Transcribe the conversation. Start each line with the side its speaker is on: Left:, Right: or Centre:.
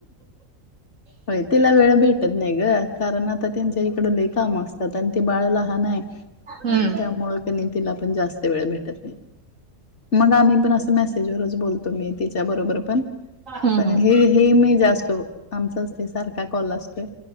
Left: होय तिला वेळ भेट त नाही ग कारण आता त्यांच्या इकड लय काम असतात आणि ते बाळा लहान आहे. हम्
Right: हम्म
Left: त्यामुंळ क नाही तिला पण जास्त वेळ भेटत नाही. मग आम्ही पण असं मेसेजवरच बोलतो मी तिच्या बरोबर पण
Right: हम्म
Left: पण
Right: हम्म
Left: हे हे मी जास्त आमचाच ते सारखा कॉल असतोय.